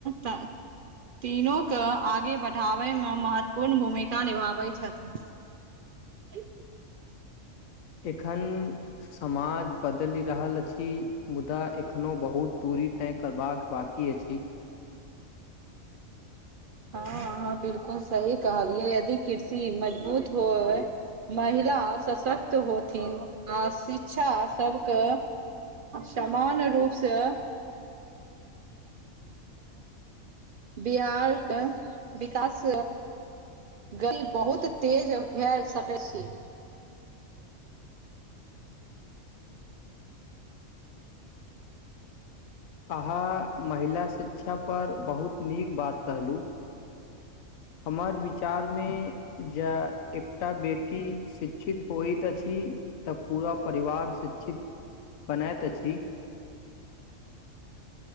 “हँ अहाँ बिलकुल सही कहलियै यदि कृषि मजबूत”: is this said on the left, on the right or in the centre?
Right